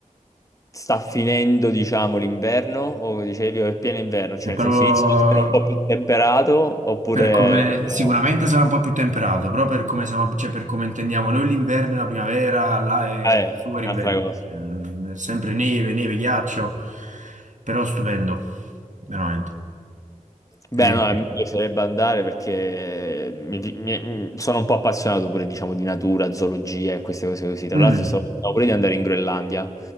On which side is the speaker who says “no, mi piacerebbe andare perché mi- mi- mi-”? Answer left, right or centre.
Left